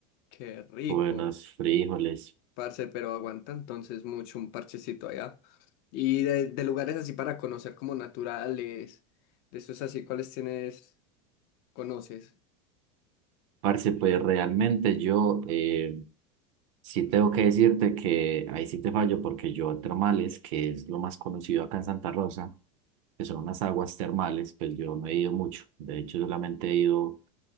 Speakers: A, on the left; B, on the right.
A: Qué rico,
B: buenos frijoles.
A: parce, pero aguanta entonces mucho un parchecito allá. Y de, de lugares así para conocer como naturales, de esos así, ¿cuáles tienes, conoces?
B: Parce, pues realmente yo eh, sí tengo que decirte que ahí sí te fallo porque yo a termales, que es lo más conocido acá en Santa Rosa, que son unas aguas termales, pues yo no he ido mucho. De hecho, solamente he ido